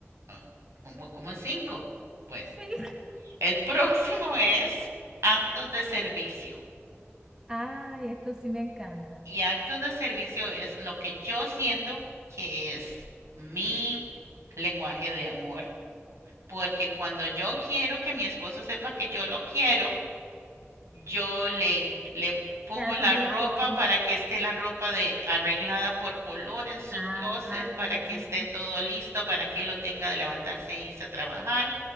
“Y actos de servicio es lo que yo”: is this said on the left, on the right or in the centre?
Right